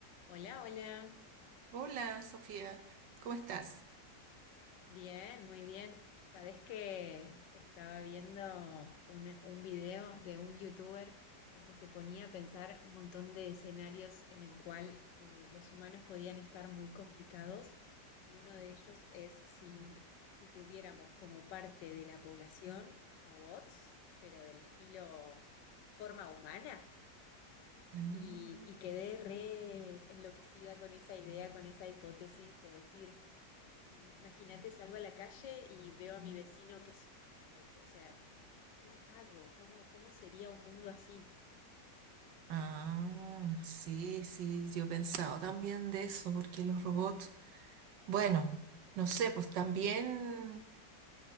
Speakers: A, on the left; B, on the right.
A: Hola, hola.
B: Hola, Sofía, ¿cómo estás?
A: Bien, muy bien. Sabés que estaba viendo un, un video de un youtuber en que se ponía a pensar un montón de escenarios en el cual eh, los humanos podían estar muy complicados y uno de ellos es si, si tuviéramos como parte de la población robots, pero del estilo forma humana.
B: Mm.
A: Y, y quedé re enloquecida con esa idea, con esa hipótesis de decir Imagínate, salgo a la calle y veo a mi vecino que es un robot. O sea, ¿qué, qué hago? ¿Cómo, cómo sería un mundo así?
B: Ah, sí, sí, yo he pensado también de eso, porque los robots, bueno, no sé, pues también.